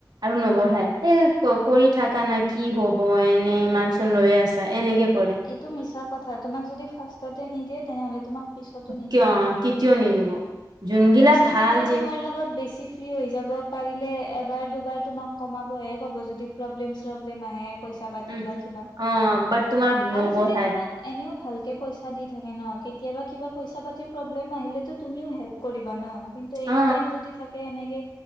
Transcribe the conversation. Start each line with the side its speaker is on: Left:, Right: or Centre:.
Right: আৰু নবঢ়াই এ কৰি থাকা না কি হ'ব এনে ইমান চোন লৈ আছা। এনেকে কৰে।
Left: টো মিছা কথা তোমাক যদি ফাৰ্ষ্টতে নিদিয়ে তেনেহলে তোমাক পিছতো নিদিয়ে
Right: কিয় অ' কেতিয়াও নিদিব। যোনগিলা
Left: পিছত
Right: ভাল
Left: যেতিয়া
Right: যে
Left: তোমাৰ লগত বেছি ফ্ৰী হৈ যাব পাৰিলে এবাৰ দুবাৰ তোমাক কমাবহে ক'ব যদি প্ৰব্লেম চ্ৰব্লেম আহে। পইচা পাতি
Right: উম
Left: বা কিবা
Right: অ বাট তোমাৰ নবঢ়াই
Left: আৰু যদি তোমাক এনেও ভালকে পইচা দি থাকে ন, কেতিয়াবা কিবা পইচা পাতিৰ প্ৰব্লেম আহিলেতো তুমিও হেল্প কৰিবা ন কিন্তু এনি
Right: অ
Left: টাইম যদি থাকে এনেকে